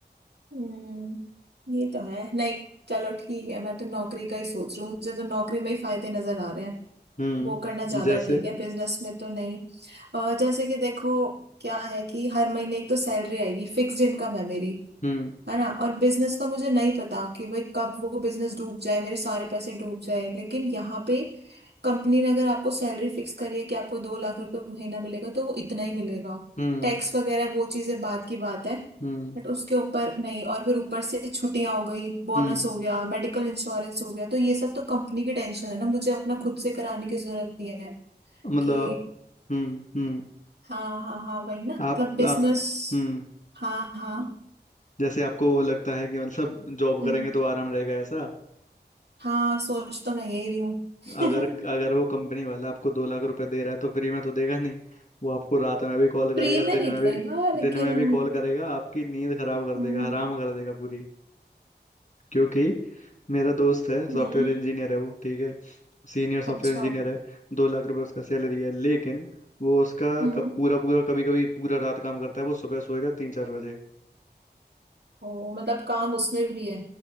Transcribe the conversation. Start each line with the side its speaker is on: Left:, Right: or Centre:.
Right: हम्म ये तो है नहीं चलो ठीक है मैं तो नौकरी का ही सोच रही हूँ मुझे तो नौकरी में ही फायदे नजर आ रहे हैं
Left: हम्म
Right: वो करना ज्यादा
Left: जैसे
Right: ठीक है बिजनेस में तो नहीं अ, जैसे कि देखो क्या है कि हर महीने एक तो सैलरी आएगी फिक्स्ड इनकम है मेरी
Left: हम्म
Right: है ना और बिजनेस का मुझे नहीं पता कि भाई कब वो बिजनेस डूब जाए मेरे सारे पैसे डूब जाए लेकिन यहाँ पे कंपनी ने अगर आपको सैलरी फिक्स करी है कि आपको दो लाख रुपए महीना मिलेगा तो वो इतना ही मिलेगा
Left: हम्म
Right: टैक्स वगैरह वो चीजें बात की बात है
Left: हम्म
Right: बट उसके ऊपर नहीं और फिर ऊपर से छुट्टियां हो गई बोनस
Left: हम्म
Right: हो गया मेडिकल इंश्योरेंस हो गया तो ये सब तो कंपनी की टेंशन है ना मुझे अपना खुद से कराने की जरूरत नहीं है
Left: मतलब
Right: कि
Left: हम्म हम्म
Right: हाँ हाँ हाँ वही ना मतलब
Left: आप
Right: बिजनेस
Left: आप हम्म
Right: हाँ हाँ
Left: जैसे आपको लगता है कि मतलब जॉब
Right: हम्म
Left: करेंगे तो आराम रहेगा ऐसा
Right: हाँ सोच तो मैं यही रही हूँ
Left: अगर
Right: <laughs>
Left: अगर वो कंपनी वाला आपको दो लाख रुपए दे रहा है तो फ्री में तो देगा नहीं वो आपको रात में भी कॉल
Right: प्री
Left: करेगा
Right: में
Left: दिन
Right: नहीं
Left: में
Right: देगा
Left: भी
Right: लेकिन
Left: दिन में भी कॉल करेगा आपकी नींद खराब कर
Right: हम्म,
Left: देगा हराम कर देगा पूरी क्योंकि मेरा दोस्त है सॉफ्टवेयर
Right: हम्म,
Left: इंजीनियर है वो ठीक है सीनियर सॉफ्टवेयर
Right: अच्छा
Left: इंजीनियर है दो लाख रुपए उसका सैलरी है लेकिन वो उसका
Right: हम्म
Left: क- पूरा पूरा कभी कभी पूरा रात काम करता है वो सुबह सोएगा तीन चार बजे
Right: ओ मतलब काम उसमें भी है